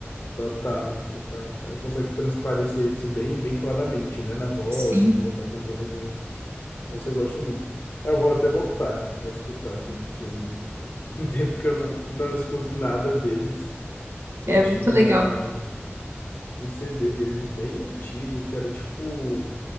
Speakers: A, on the left; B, on the right.
A: Total, total. Ela consegue transparecer isso bem, bem claramente, né? Na voz,
B: sim.
A: quando ela tá cantando as músicas. Mas eu gosto muito. Eu vou até voltar a escutar Sandy e Juninho. assim. <laughs> Tem um tempo que eu não, não escuto nada deles. Eu
B: É
A: tinha.
B: muito legal.
A: um CD deles bem antigo, que era tipo